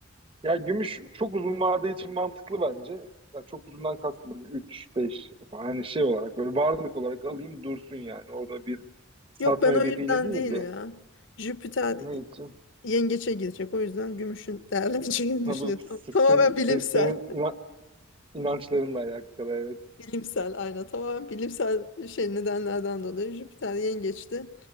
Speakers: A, on the right; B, on the left.
A: Ya gümüş çok uzun vade için mantıklı bence. Ya çok uzundan kastım böyle 3 beş hani şey olarak böyle varlık olarak alayım dursun yani. Orada bir satma
B: Yok ben o
A: hedefiyle
B: yüzden
A: değil
B: değil
A: de
B: ya. Jüpiter
A: ne için?
B: yengeçe girecek. O yüzden gümüşün değerleneceğini
A: Ha,
B: <laughs> düşünüyor.
A: bu sizin,
B: Tam- tamamen bilimsel.
A: sizin, sizin inan- inançlarınla alakalı evet.
B: Bilimsel aynen. Tamamen bilimsel şey nedenlerden dolayı Jüpiter yengeçti.